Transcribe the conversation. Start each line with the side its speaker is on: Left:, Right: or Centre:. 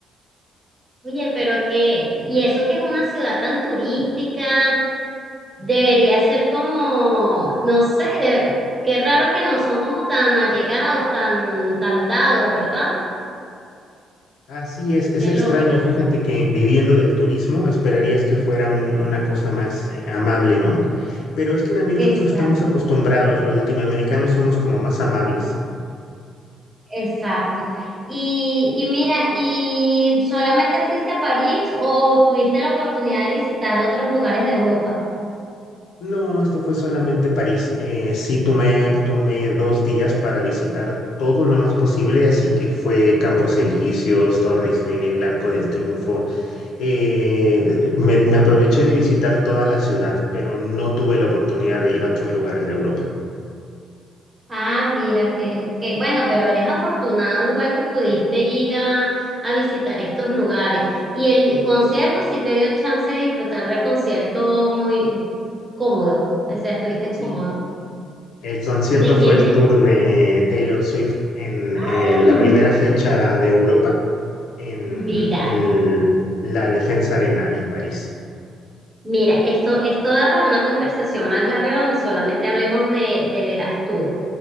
Right: oye, pero que, y eso que es una ciudad tan turística, debería ser como, no sé, de- qué raro que no son como tan allegados, tan, tan dados, ¿verdad?
Left: Así es, es
Right: Qué
Left: extraño.
Right: loco.
Left: Fíjate que viviendo del turismo, esperarías que fuera un- una cosa más eh, amable, ¿no? Pero es que también
Right: Exacto.
Left: nosotros estamos acostumbrados, los latinoamericanos somos como más amables.
Right: Exacto. Y, y mira, ¿y solamente fuiste a París o tuviste la oportunidad de visitar otros lugares de Europa?
Left: No, esto fue solamente París. Eh, sí tomé, tomé dos días para visitar todo lo más posible, así que fue Campos Elíseos, Torre Eiffel, Arco del Triunfo. Eh, me, me aproveché de visitar toda la ciudad, pero no tuve la oportunidad de ir a otros lugares de Europa.
Right: Ah, mira, que, que bueno, pero eres afortunado igual que pudiste ir a, a visitar estos lugares. Y el concierto sí te dio chance de disfrutar del concierto muy cómodo, o sea, estuviste
Left: Sí,
Right: cómodo.
Left: el concierto
Right: ¿De
Left: fue
Right: quién
Left: el
Right: es?
Left: tour de Taylor Swift en
Right: Ay,
Left: eh, la primera fecha de Europa en
Right: Mira,
Left: el- la Defensa Arena en París.
Right: mira, esto, esto da para una conversación más larga donde solamente hablemos de, del Eras Tour.